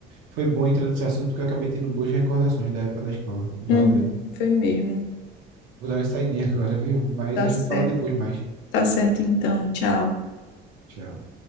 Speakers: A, on the right; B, on the left.
A: foi bom entrar nesse assunto porque eu acabei tendo boas recordações da época da escola. Valeu.
B: Uhum, foi mesmo.
A: Vou dar uma saidinha <laughs> agora, viu? Mas
B: Tá
A: a gente
B: certo.
A: fala depois mais.
B: Tá certo então. Tchau.
A: Tchau.